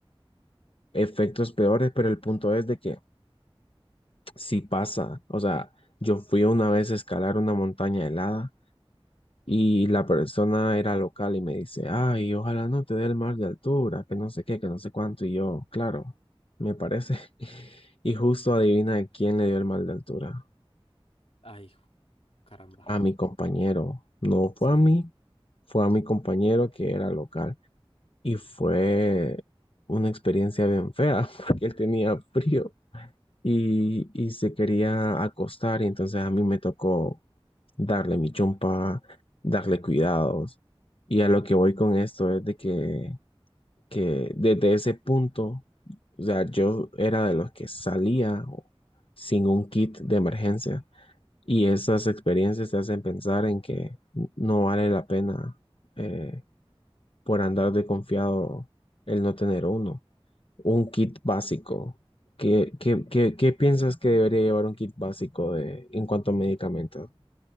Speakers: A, on the left (about 70°); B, on the left (about 85°).
A: efectos peores, pero el punto es de que si pasa, o sea, yo fui una vez a escalar una montaña helada Y la persona era local y me dice, ay, ojalá no te dé el mal de altura, que no sé qué, que no sé cuánto. Y yo, claro, me parece. <laughs> Y justo adivina de quién le dio el mal de altura.
B: Ay, caramba.
A: A mi compañero. No fue
B: Sí.
A: a mí, fue a mi compañero que era local. Y fue una experiencia bien fea <laughs> porque él tenía frío. y, y se quería acostar y entonces a mí me tocó darle mi chompa, darle cuidados. Y a lo que voy con esto es de que, que desde ese punto, o sea, yo era de los que salía sin un kit de emergencia. Y esas experiencias te hacen pensar en que no vale la pena eh, por andar de confiado el no tener uno. Un kit básico. ¿Qué, qué, qué- qué piensas que debería llevar un kit básico de, en cuanto a medicamentos?